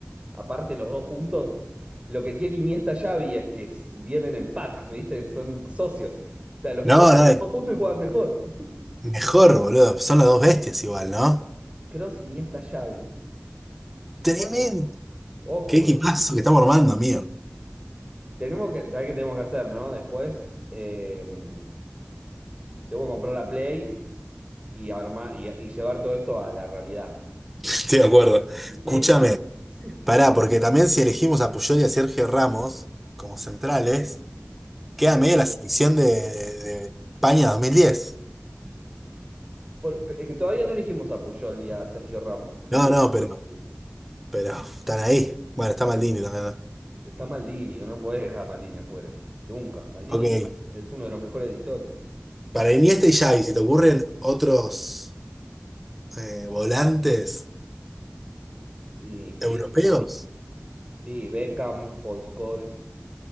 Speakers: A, on the right; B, in the centre.
A: Aparte, los dos juntos, lo que tiene Iniesta, Xavi es que s- vienen en pack, ¿viste? Son socios. O sea, los
B: No,
A: ponen
B: no,
A: los dos juntos y juegan mejor.
B: mejor, boludo. Son las dos bestias igual, ¿no?
A: Cross, Iniesta, Xavi.
B: Tremendo.
A: Ojo, ojo
B: Qué
A: con...
B: equipazo que estamos armando, amigo.
A: Tenemos que, ¿sabés qué tenemos que hacer, no? Después, eh, tengo que comprar la Play y armar y, y llevar todo esto a la realidad.
B: <laughs> Estoy de acuerdo.
A: Sí,
B: Escúchame,
A: <laughs> sí.
B: pará, porque también si elegimos a Puyol y a Sergio Ramos como centrales,
A: Sí.
B: queda medio la selección de, de España dos mil diez
A: Por- es que todavía no elegimos a Puyol y a Sergio Ramos. Lo
B: No,
A: tenemos
B: no, pero,
A: que discutir.
B: pero están ahí. Bueno, está Maldini también, ¿no?
A: Está Maldini, no podés dejar a Maldini afuera. Nunca. Maldini
B: Ok.
A: es, es uno de los mejores de la historia.
B: Para Iniesta y Xavi, si te ocurren otros eh, volantes
A: Y sí,
B: europeos,
A: sí, Beckham, Paul Scholes,